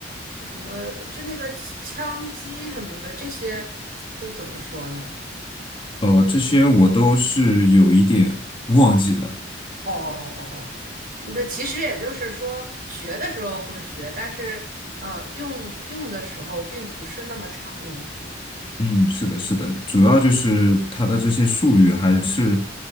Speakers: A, on the right; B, on the left.
A: 什么，就那个羟基什么的，这些都怎么说呢？
B: 呃，这些我都是有一点忘记了。
A: 哦哦哦哦，哦，那其实也就是说，学的时候会学，但是呃，用用的时候并不是那么常用，是吗？
B: 嗯，是的，是的，主要就是它的这些术语还是